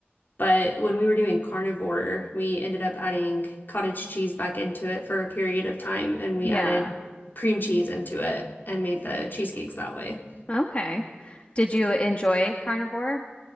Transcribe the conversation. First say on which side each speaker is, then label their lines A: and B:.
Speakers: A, on the left (about 55°); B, on the left (about 30°).
A: But when we were doing carnivore, we ended up adding cottage cheese back into it for a period of time, and we
B: Yeah.
A: added cream cheese into it and made the cheesecakes that way.
B: Okay. Did you enjoy carnivore?